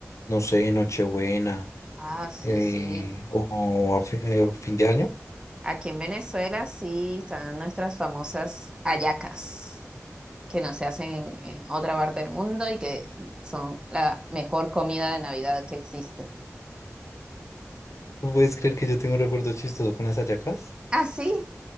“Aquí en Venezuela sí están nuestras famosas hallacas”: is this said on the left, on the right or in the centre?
Right